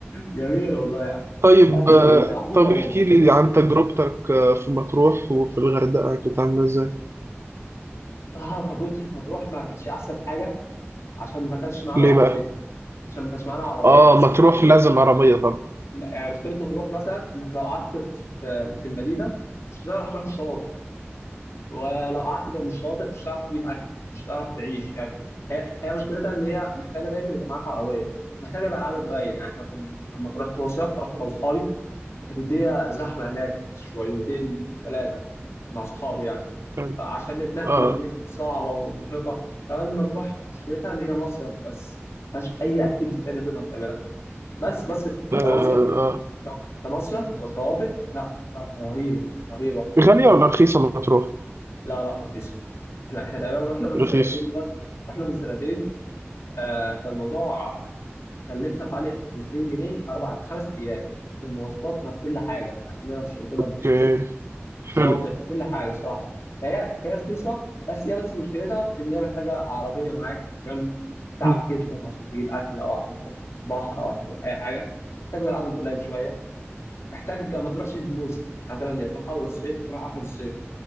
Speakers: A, on the left (about 80°); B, on the right (about 65°).
A: جميل والله يعني
B: طيب
A: لا، اسكندريه
B: آه،
A: انت محظوظ
B: طب
A: عموما
B: احكي لي عن تجربتك آه، في مطروح وفي الغردقه كانت عامله ازاي
A: صراحه تجربتي في مطروح ما كانتش احسن حاجه عشان ما كانش معانا
B: ليه
A: عربيه
B: بقى
A: عشان ما كانش معانا عربيه
B: اه
A: بس
B: مطروح
A: مشكلة-
B: لازم عربيه طبعا
A: يعني مشكله مطروح مثلا انك لو قعدت في في المدينه مش هتعرف تروح الشواطئ ولو قعدت جنب الشاطئ مش هتعرف تجيب اكل مش هتعرف تعيش يعني هي هي مشكلتها ان هي محتاجه دايما يبقى معاك عربيه محتاجه يبقى العدد قليل يعني احنا كنا لما رحت مصيف رحت انا واصحابي فكانت الدنيا زحمه هناك شويتين ثلاثه مع اصحابي يعني
B: يعني
A: فعشان نتنقل
B: اه
A: الدنيا كانت صعبه ومرهقه كمان ما تروح مشكلتها ان هي مصيف بس ما فيهاش اي اكتيفيتي تانيه تقدر تعملها بس بس
B: اه,
A: كمصيف
B: آه.
A: كمصيف وكشواطئ لا لا رهيبه رهيبه
B: غاليه ولا رخيصه مطروح
A: لا لا رخيصة احنا احنا تقريبا رحنا من
B: رخيصه
A: سنتين بس رحنا من سنتين آه كان الموضوع كلفنا حوالي 2000 جنيه اربع خمس ايام بمواصلاتنا بكل حاجة بأكلنا بشربنا
B: اوكي
A: بالشاطئ
B: حلو
A: بكل حاجة صراحة فهي هي رخيصة بس هي بس مشكلتها في ان هي محتاجة عربية معاك عشان تعب
B: مم.
A: جدا عشان تجيب اكل او عشان تروح بحر او عشان تروح اي حاجة محتاجة العدد قليل شوية محتاج ما تروحش في موسم مثلا يا تروح اول الصيف يا تروح اخر الصيف